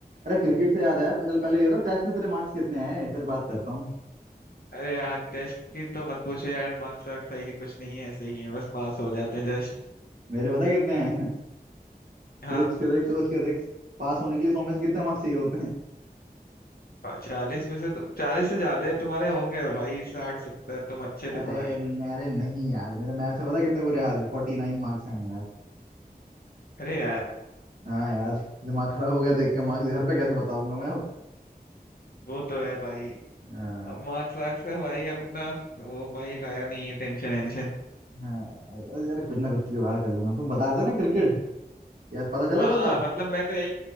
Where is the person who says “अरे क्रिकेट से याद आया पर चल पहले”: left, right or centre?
Right